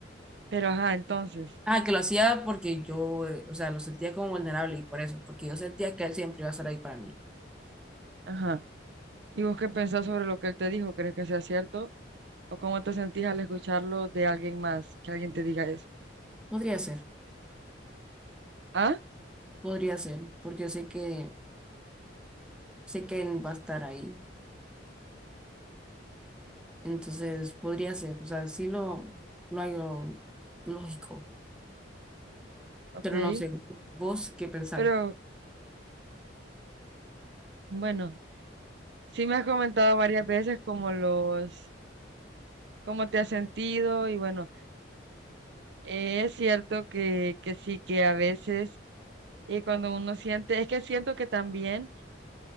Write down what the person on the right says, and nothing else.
Pero ajá, entonces,
ajá. ¿Y vos qué pensás sobre lo que él te dijo? ¿Crees que sea cierto? ¿O cómo te sentís al escucharlo de alguien más, que alguien te diga eso?
Ah,
ok.
Pero bueno, sí me has comentado varias veces como los, cómo te has sentido y bueno, eh, es cierto que, que sí, que a veces, y cuando uno siente, es que siento que también...